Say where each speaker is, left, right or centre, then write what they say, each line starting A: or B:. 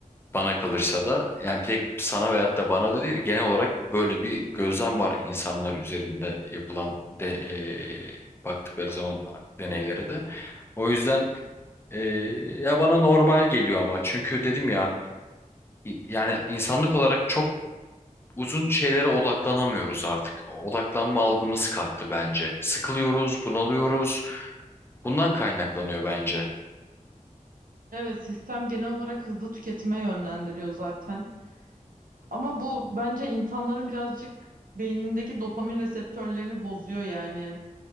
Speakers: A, on the left (about 15°); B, on the right (about 85°).
A: Bana kalırsa da yani bir tek sana veyahut da bana da değil genel olarak böyle bir gözlem var insanlar üzerinde yapılan de eee, baktıkları zaman deneylere de. O yüzden eee, ya bana normal geliyor ama çünkü dedim ya i- yani insanlık olarak çok uzun şeylere odaklanamıyoruz artık. Odaklanma algımız kalktı bence. Sıkılıyoruz, bunalıyoruz. Bundan kaynaklanıyor bence.
B: Evet sistem genel olarak hızlı tüketime yönlendiriyor zaten. Ama bu bence insanların birazcık beynindeki dopamin reseptörlerini bozuyor yani.